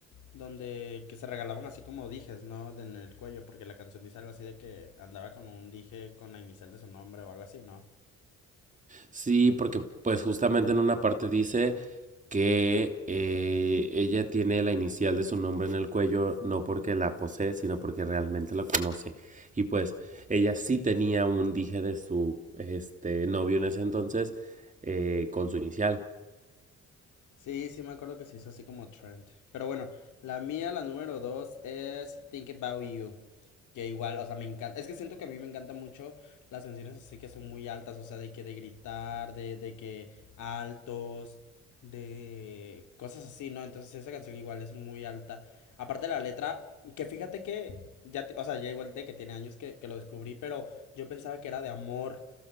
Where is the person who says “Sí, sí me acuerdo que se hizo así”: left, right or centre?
Left